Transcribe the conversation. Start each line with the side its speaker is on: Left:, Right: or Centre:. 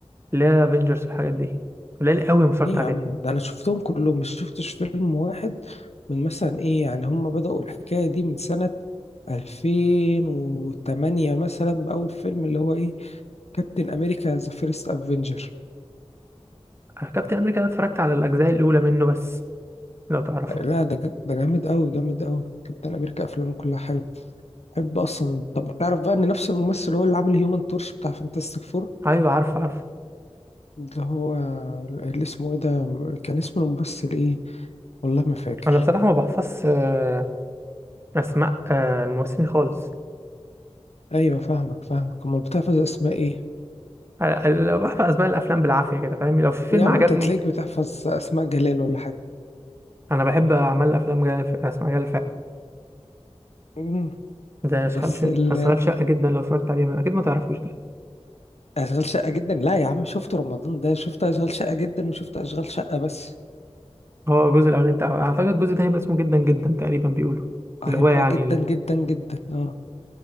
Right: اللي هي افنجرز والحاجات دي قليل قوي ما اتفرجت
Left: ايه
Right: عليها
Left: يا عم ده انا شفتهم كلهم مش شفتش فيلم واحد من مثلا ايه يعني هم بدأوا الحكايه دي من سنه 2008 مثلا بأول فيلم اللي هو ايه كابتن امريكا ذا فيرست افنجر
Right: أنا كابتن امريكا ده اتفرجت على الاجزاء الاولى منه بس لو تعرفه
Left: لا ده ج- ده جامد قوي جامد قوي كابتن امريكا افلامه كلها حلوه بحب اصلا طب تعرف بقى ان نفس الممثل هو اللي عامل هيومن تورش بتاع فانتاستيك فور
Right: ايوه عارف عارف
Left: اللي هو اللي اسمه ايه ده كان اسم الممثل ايه والله ما فاكر
Right: انا بصراحة ما بحفظش آه، اسماء آه، الممثلين خالص
Left: ايوه فاهمك فاهمك امال بتحفظ اسماء ايه
Right: ال- ال- بحفظ اسماء الافلام بالعافية كده فاهم لو في فيلم
Left: يا عم
Right: عجبني
Left: انت تلاقيك بتحفظ اسماء جلال ولا حاجه
Right: انا بحب اعمل افلام جايه اسماء جايه
Left: مم.
Right: ده
Left: بس
Right: اشغال شقه
Left: ال-
Right: اشغال شقه جدا لو اتفرجت عليه اكيد ما تعرفوش ده
Left: اشغال شقه جدا لا يا عم شفت رمضان ده شفت اشغال شقه جدا وشفت اشغال شقه بس
Right: هو الجزء الاولاني بتاعه اعتقد الجزء ده هيبقى اسمه جدا جدا تقريبا بيقولوا
Left: هيبقى
Right: اللي هو يعني
Left: جدا
Right: ال-
Left: جدا جدا اه